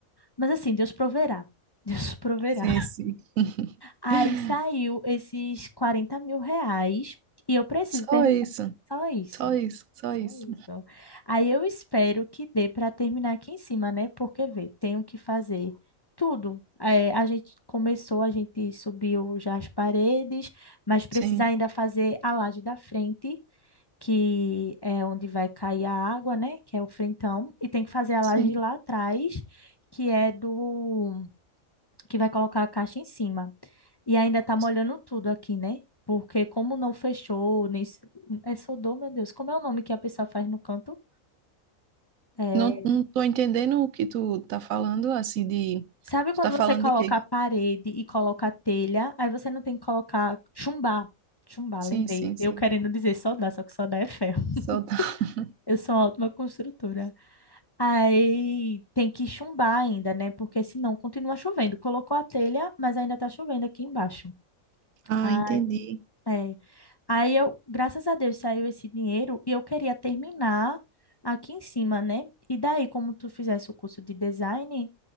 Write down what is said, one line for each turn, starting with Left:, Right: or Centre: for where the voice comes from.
Left: mas assim, Deus proverá. <laughs> Deus proverá.
Right: Sim, sim. <laughs>
Left: Aí saiu esses quarenta mil reais e eu preciso
Right: Só
Left: terminar.
Right: isso,
Left: Só isso.
Right: só isso, só
Left: Só
Right: isso.
Left: isso. Aí eu espero que dê para terminar aqui em cima, né? Porque, vê, tenho que fazer tudo. É, a gente começou, a gente subiu já as paredes, mas precisa
Right: Sim,
Left: ainda fazer a laje da frente, que é onde vai cair a água, né? Que é o frentão. E tem que fazer a
Right: sim.
Left: laje lá atrás, que é do que vai colocar a caixa em cima. E ainda tá molhando
Right: sim.
Left: tudo aqui, né? Porque como não fechou, nem... s- é soldou, meu Deus. Como é o nome que a pessoa faz no canto? É,
Right: Não, não tô entendendo o que tu tá falando, assim, de...
Left: Sabe
Right: Tu
Left: quando
Right: tá
Left: você
Right: falando
Left: coloca
Right: de quê?
Left: a parede e coloca a telha, aí você não tem que colocar chumbar. Chumbar,
Right: Sim,
Left: lembrei.
Right: sim,
Left: Eu
Right: sim.
Left: querendo dizer soldar, só que soldar é ferro. <laughs>
Right: Só tá... <laughs>
Left: Eu sou uma ótima construtora. Aí tem que chumbar ainda, né? Porque senão continua chovendo. Colocou a telha, mas ainda tá chovendo aqui embaixo.
Right: Ah,
Left: Ah,
Right: entendi.
Left: é. Aí eu, graças a Deus, saiu esse dinheiro e eu queria terminar aqui em cima, né? E daí, como tu fizesse o curso de design,